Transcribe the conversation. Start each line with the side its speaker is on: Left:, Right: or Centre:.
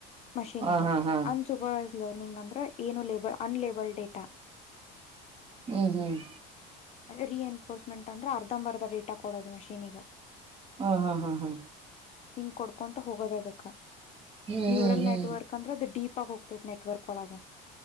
Left: ಮಷನ್ಿಗ
Right: ಹ ಹಾ ಹಾ
Left: ಅನ್ ಸೂಪರ್ವೈಸ್ಲರ್ ನೀಂಗ ಅಂದ್ರೆ ಏನು ಲೇ ಅನ್ಲೇಬಲ್ಡ್ ಡೇಟಾ
Right: ಹ್ಮ್ ಹ್ಮ್
Left: ರಿ ಎನ್ಫೋರ್ಸ್ಮೆಂಟ್ ಅಂದ್ರೆ ಅರ್ಧಂಬರ್ಧ ಡೇಟಾ ಕೊಡೋದು ಮಷೀನ್ಿಗ
Right: ಹ್ಮ ಹಾ ಹ್ಮ ಹಾ
Left: ಹಿಂಗ್ ಕೊಡ್ಕೊಂತ ಹೋಗೋದ ಅದಕ್ಕ
Right: ಹ್ಮ್
Left: ನ್ಯೂರಲ್
Right: ಹ್ಮ್
Left: ನೆಟ್ವರ್ಕ್ ಅಂದ್ರೆ ಅದು ಡೀಪ್ ತಪ್ಪ ಹೋಗತೈತ್ ನೆಟ್ವರ್ಕ್ ಒಳಗ